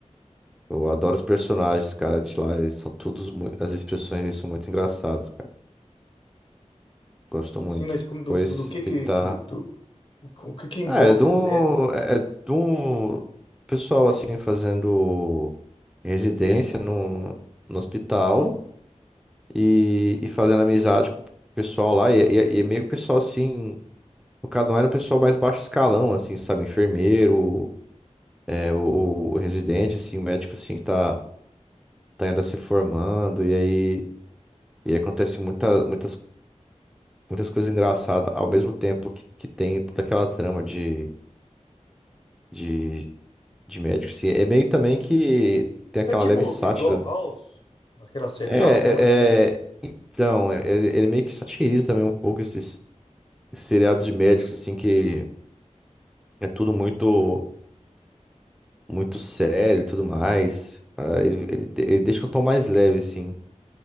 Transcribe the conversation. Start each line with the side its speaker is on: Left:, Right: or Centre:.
Centre: Eu adoro os personagens, cara, de lá, eles são todos, mui- as expressões, eles são muito engraçadas. Gosto muito.
Left: Sim, mas como,
Centre: Depois
Left: do, do que
Centre: tentar.
Left: que, que do- o que que envolve
Centre: Ah, é é de
Left: a
Centre: um.
Left: série?
Centre: É é de um pessoal assim fazendo residência no, no hospital e, e fazendo amizade com o pessoal lá. E, e, e é meio que o pessoal assim. O cada um era um pessoal mais baixo escalão, assim, sabe? Enfermeiro, é, o, o residente, assim, o médico assim que tá, tá ainda se formando. E aí, e aí acontece muita, muitas, muitas coisas engraçadas ao mesmo tempo que, que tem toda aquela trama de. De de médico, sim. É meio também que tem aquela
Left: é tipo
Centre: leve sátira.
Left: igual House, aquela série
Centre: É,
Left: House, né? Mais ou menos.
Centre: é, é- então, é- ele, ele meio que satiriza também um pouco esses seriados de médicos, assim, que é tudo muito, muito sério e tudo mais. Ah, ele, ele- ele deixa um tom mais leve, assim.